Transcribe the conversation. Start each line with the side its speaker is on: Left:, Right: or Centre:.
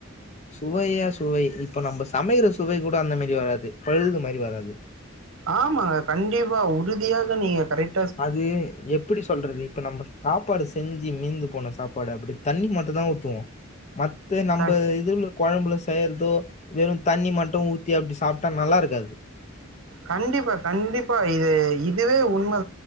Left: சுவையா சுவை இப்ப நம்ப சமைக்கிற சுவை கூட அந்த மாரி வராது பழுது மாரி வராது
Right: ஆமாங்க கண்டிப்பா உறுதியாக நீங்க கரெக்ட்
Left: அது எப்புடி சொல்றது இப்ப நம்ப சாப்பாடு செஞ்சு மிந்து போன சாப்பாடு அப்படி தண்ணி மட்டும் தான் ஊத்துவோம் மத்த நம்ம
Right: க
Left: இதுல குழம்புல செய்யறதோ வெறும் தண்ணி மட்டும் ஊத்தி அப்படி சாப்பிட்டா நல்லா இருக்காது
Right: கண்டிப்பா கண்டிப்பா இது இதுவே உண்மை